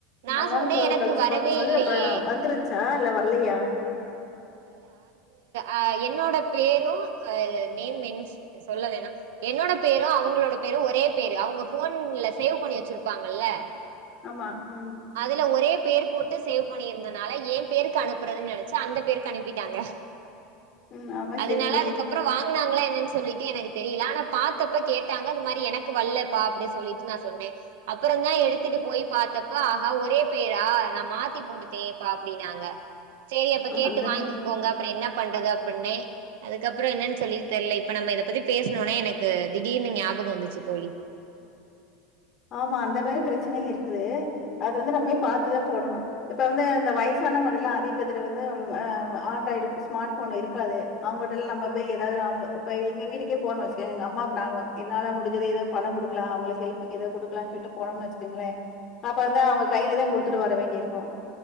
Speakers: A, on the right; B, on the left.
A: நா
B: நாலு
A: சொன்னே
B: நாளு
A: எனக்கு
B: கழிச்சு
A: வரவே
B: பாக்கும்போது
A: இல்லையே
B: அப்புற வந்துருச்சா இல்ல வரலையா
A: அஹ் என்னோட பேரு அஹ் நேம் மென் சொல்ல வேணா என்னோட பேரு அவுங்ளோட பேரு ஒரே பேரு அவுங்க போன்ல சேவ் பண்ணி வச்சிருப்பாங்கல்ல
B: ஆமா. ம்.
A: அதுல ஒரே பேர் போட்டு சேவ் பண்ணியிருந்ததுனால ஏ பேருக்கு அனுப்புறதுன் நெனைச்சு அந்த பேருக்கு அனுப்பிட்டாங்க
B: ம். ஆமா.
A: அதனால
B: சரி, சரி.
A: அதுக்கப்புறம் வாங்கனாங்களா சொல்லிட்டு எனக்கு தெரியல ஆன பாத்தப்ப கேட்டாங்க அதுமாரி எனக்கு வல்ல பா அப்டி சொல்லிட்டு நா சொன்னே அப்புறந்தா எடுத்து பத்துட்டு போய் பார்த்தப்ப ஆகா ஒரே பேரா நான் மாத்தி போட்டுட்டேன்ப்பா அப்படின்னாங்க செரி அப்ப கேட்டு
B: அந்த
A: வாங்கிக்கோங்க அப்புற என்ன பண்றது பண்ணே அதுக்கப்புறோ என்னன்னு சொல்லி தெர்லை இப்ப நம்ம இதை பத்தி பேசணுனொனே எனக்கு திடீர்னு ஞாபகம் வந்துச்சு தோழி
B: ஆமா அந்த மேரி பிரச்சனையும் இருக்குது அது வந்து நம்மே பாத்துதா போடணு இப்ப வந்து இந்த வயசானவங்க இதெல்லா அதிகப் பேர்த்துகிட்ட வந்து ஆண்ட்ராய்டு ஸ்மார்ட் போன் இருக்காது அவங்ககிட்டலா நம்ம போய் ஏதாவது இப்ப எங்க வீட்டுக்கே போறணு வச்சுக்க எங்க அம்மாவுக்கு நாம என்னால முடிஞ்சது ஏதோ பணம் கொடுக்கலா அவங்களுக்கு ஹெல்ப் எதோ குடுக்கலான்னு சொல்ட்டு போனோம்னு வச்சுக்கோங்களேன் அப்ப வந்து அவங்க கையிலதா குடுத்துட்டு வர வேண்டியிருக்கும்